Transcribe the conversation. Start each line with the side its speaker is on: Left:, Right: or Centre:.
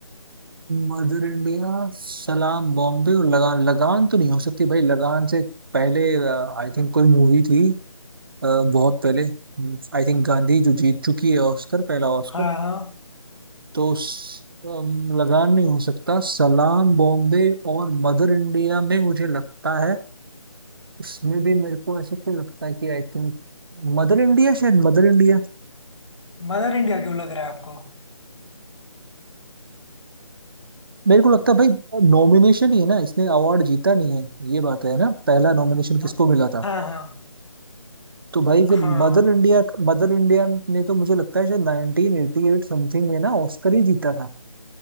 Right: Mother India Salaam Bombay और लगान लगान तो नहीं हो सकती भाई लगान से पहले आई थिंक कोई मूवी थी अ, बहुत पहले आई थिंक गांधी जो जीत चुकी है ऑस्कर पहला ऑस्कर
Left: हाँ हाँ
Right: तो स- अम, लगान नहीं हो सकता सलाम बॉम्बे और मदर इंडिया में मुझे लगता है इसमें भी मेरे को ऐसे क्यों लगता है कि आई थिंक मदर इंडिया शायद मदर इंडिया
Left: मदर इंडिया क्यों लग रहा है आपको
Right: मेरे को लगता है भाई नॉमिनेशन ही है ना इसने अवार्ड जीता नहीं है ये बात है ना पहला नॉमिनेशन किसको
Left: हाँ
Right: मिला था
Left: हाँ
Right: तो भाई
Left: हाँ
Right: फिर
Left: हाँ,
Right: मदर इंडिया मदर इंडिया ने तो मुझे लगता है शायद 1988 समथिंग में ना ऑस्कर ही जीता था